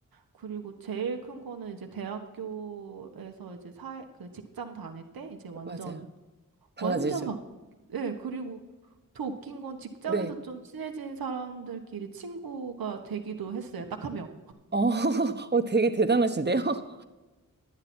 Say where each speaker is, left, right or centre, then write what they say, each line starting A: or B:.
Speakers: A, on the right; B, on the right.
A: 그리고 제일 큰 거는 이제 대학교에서 이제 사회, 그 직장 다닐 때 이제 완전,
B: 맞아요. 달라지죠.
A: 완전 바, 예, 그리고 더 웃긴 건 직장에서
B: 네,
A: 좀 친해진 사람들끼리 친구가 되기도 했어요. 딱 한 명.
B: 어, <laughs> 어, 되게 대단하신데요? <laughs>